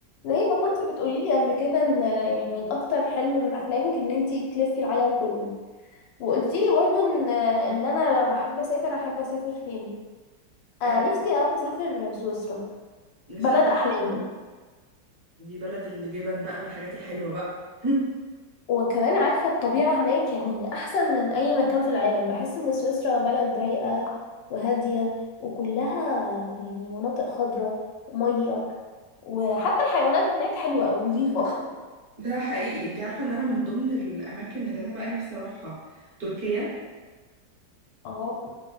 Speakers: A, on the left (about 80°); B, on the right (about 60°).
A: زي ما كنتي بتقولي لي قبل كده ان يعني من اكتر حلم من احلامك ان انتي تلفي العالم كله وقلتي لي برضو ان ان انا لو هحب اسافر هحب اسافر فين انا
B: آه،
A: نفسي قوي اسافر سويسرا
B: نسيت
A: بلد احلامي
B: بكرة. دي بلد الجبن بقى والحاجات الحلوة بقى <laughs>
A: وكمان عارفه الطبيعه هناك يعني احسن من اي مكان في العالم بحس ان سويسرا بلد رايقه وهاديه وكلها يعني مناطق خضراء وميه وحتى الحيوانات هناك حلوه قوي نظيفه
B: ده حقيقي انت عارفة ان انا من ضمن الاماكن اللي انا بقى نفسي اروحها تركيا
A: اه